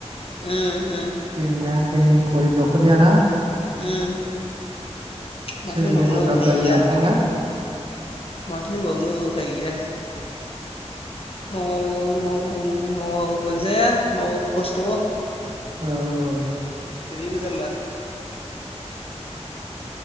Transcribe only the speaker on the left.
उम उम
उम माथो
होनबावनो
उफाय
गैया
माथो होनबावनो उफाय गैया मावाबाबो माव-मावाबो मोनजाया मावाबो खस्थ'
जेरैबो जारला